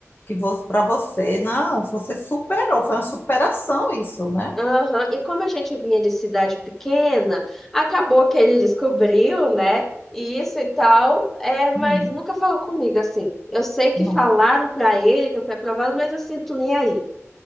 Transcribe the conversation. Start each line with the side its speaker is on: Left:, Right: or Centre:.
Left: que para você, não, você superou, foi uma superação isso, né?
Centre: Aham. E como a gente vinha de cidade pequena, acabou que ele descobriu, né? E isso e tal, é, mas
Left: Hum.
Centre: nunca falou comigo assim. Eu sei que
Left: Não
Centre: falaram para ele que eu fui aprovada, mas eu sinto nem aí.